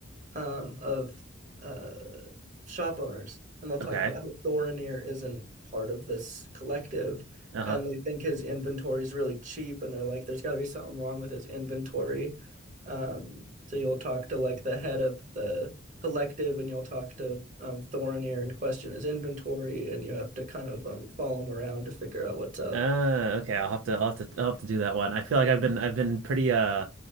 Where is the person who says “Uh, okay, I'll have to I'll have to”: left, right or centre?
Right